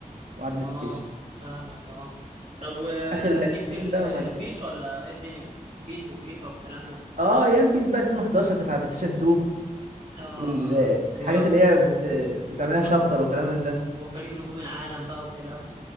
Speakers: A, on the right (about 70°); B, on the right (about 50°).
A: وعلى بلاي
B: اه
A: ستيشن
B: فاهمك اه طب وليك
A: اخر اللعبتين
B: في ال-
A: بقى
B: البيس
A: هما اللي كده
B: ولا ايه الدنيا بيس وفيفا والكلام ده
A: اه ايام بيس بقى 2011 كانت على بلاي ستيشن 2
B: اه
A: والحاجات
B: و...
A: اللي هي بت... بتعملها
B: و...
A: شابتر وكلام من ده
B: وفريق نجوم العالم بقى والكلام